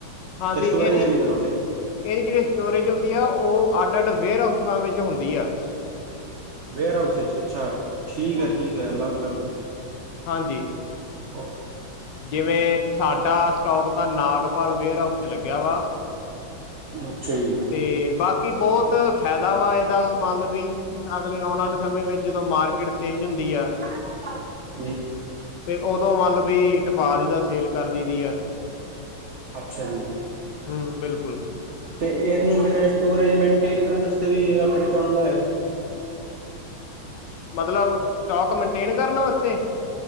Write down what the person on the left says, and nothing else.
ਹਾਂਜੀ
ਇਹਦੀ
ਇਹਦੀ ਜਿਹੜੀ ਸਟੋਰੇਜ ਹੁੰਦੀ ਆ ਉਹ ਉਹ ਅੱਡ ਅੱਡ ਵੇਅਰ ਹਾਉਸਾ ਵਿੱਚ ਹੁੰਦੀ ਹੈ।
ਹਾਂਜੀ।
ਜਿਵੇਂ ਸਾਡਾ ਸਟੋਕ ਤਾਂ ਨਾਗਪਾਲ ਵੇਅਰ ਹਾਊਸ ਤੇ ਲੱਗਿਆ ਵਾ-
ਤੇ ਬਾਕੀ ਬਹੁਤ ਫਾਇਦਾ ਵਾ ਇਹਦਾ ਮਨਲਬ ਵੀ ਅਗਲੇ ਆਉਣ ਵਾਲੇ ਸਮੇਂ ਵਿੱਚ ਜਦੋਂ ਮਾਰਕੀਟ ਤੇਜ ਹੁੰਦੀ ਆ
ਤੇ ਉਦੋਂ ਮਲ ਵੀ ਟਪਾ ਦੀਦਾ ਸੇਲ ਕਰਦੀ ਦੀ ਆ।
ਹੂੰ ਬਿਲਕੁਲ
ਮਤਲਬ ਸਟਾਕ ਮੇਨਟੇਨ ਕਰਨ ਵਾਸਤੇ।